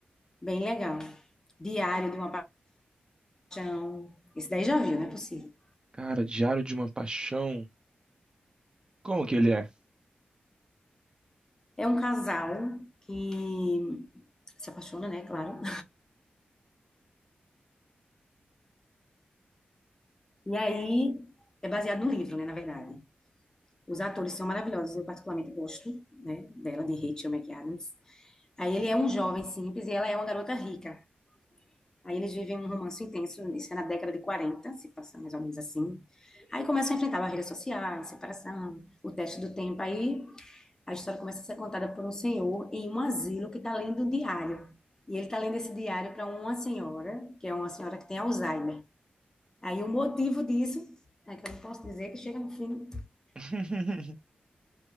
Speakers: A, on the left (about 20°); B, on the right (about 30°).
A: Bem legal. Diário de uma Paixão. Esse daí já viu, não é possível.
B: Cara, Diário de uma Paixão. Como que ele é?
A: É um casal que se apaixona, né? Claro. E aí é baseado no livro, né, na verdade. Os atores são maravilhosos, eu particularmente gosto, né, dela, de Rachel McAdams. Aí ele é um jovem simples e ela é uma garota rica. Aí eles vivem um romance intenso, isso é na década de 40, se passa mais ou menos assim. Aí começam a enfrentar barreiras sociais, separação, o teste do tempo. Aí a história começa a ser contada por um senhor em um asilo que está lendo um diário. E ele está lendo esse diário para uma senhora, que é uma senhora que tem Alzheimer. Aí o motivo disso é que eu não posso dizer que chega no fim,
B: <laughs>